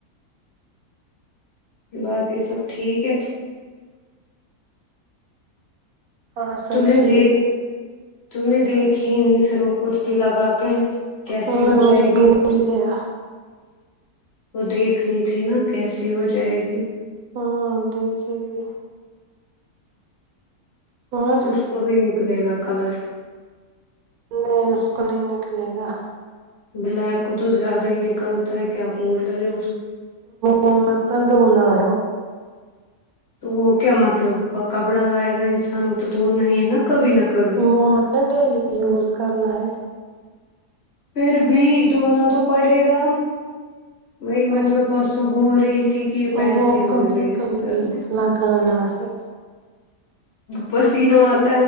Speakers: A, on the left; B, on the right.
A: باقی سب ٹھیک ہے
B: ہاں سب
A: تم نے
B: ٹھیک
A: دیکھ
B: ہے
A: تم نے دیکھی نہیں پھر وہ کرتی لگا کیسی
B: ہاں
A: ہو
B: مجھے
A: جائے
B: بھول
A: گی
B: ہی گیا
A: وہ دیکھنی تھی نا کیسی ہو جائے گی
B: ہاں اب دیکھے گی اور
A: اس کو بھی نکلے گا کلر
B: نہیں اس کو نہیں نکلے گا
A: بلیک کو تو زیادہ ہی نکلتا ہے کیا بر ہے
B: وہ مت تو ہونا ہو
A: تو کیا مطلب ہوا کپڑا لائے گا انسان وہ تو تو نہیں نا کبھی نہ کبھی
B: وہ مط ڈیلی یوز کرنا ہے
A: پھر بھی دھونا تو پڑے گا وہی
B: تو
A: میں تمہیں پرسوں بول <inaudible> پیسے
B: وہ
A: ہو
B: کبھی
A: گئے ویسٹ
B: کبھی
A: کرنے
B: لگانا ہے
A: بسییناتھ